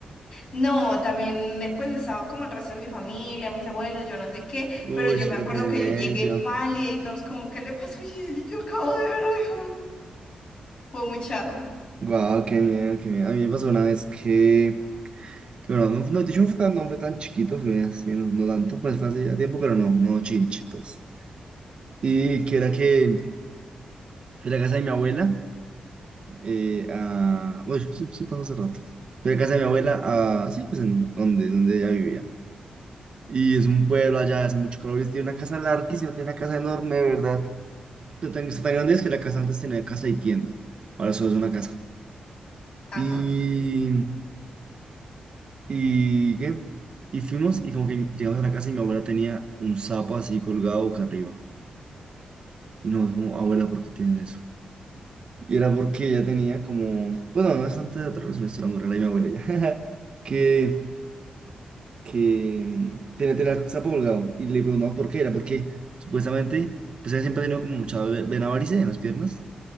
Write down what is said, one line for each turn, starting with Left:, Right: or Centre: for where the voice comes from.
Left: No, también eh, pues estaba como el resto de mi familia, mis abuelos, yo no sé qué,
Right: Uy,
Left: pero yo me
Right: pero
Left: acuerdo
Right: qué
Left: que
Right: medio,
Left: yo llegué pálida y todos como, ¿qué le pasó? Y yo "Yo acabo de ver algo". Fue muy charro.
Right: Guau, qué miedo, qué miedo. A mí me pasó una vez que... que bueno, no, no, de hecho no fue tan, no fue tan chiquito, fue así, no, no tanto, pues fue hace ya tiempo, pero no, no chinche, pues. Y que era que fui a la casa de mi abuela eh, a, bueno, sí, sí pasó hace rato. Fui a casa de mi abuela, a, sí, pues en donde, donde ella vivía. Y es un pueblo allá, hace mucho calor, y tiene una casa larguísima, tiene una casa enorme, de verdad. Está tan, tan grande es que la casa antes tenía casa y tienda. Ahora solo es una casa.
Left: Ajá.
Right: Y, y, ¿qué? Y fuimos y como que llegamos a la casa y mi abuela tenía un sapo así colgado boca arriba. Y nos dijimos, abuela, ¿por qué tienes eso? Y era porque ella tenía como, pues no, no es tanto de otra razón, una historia muy rara de mi abuela, <laughs> que que TNT la, se colgado y le preguntamos por qué era, porque supuestamente pues él siempre ha tenido como mucha ve- vena varice en las piernas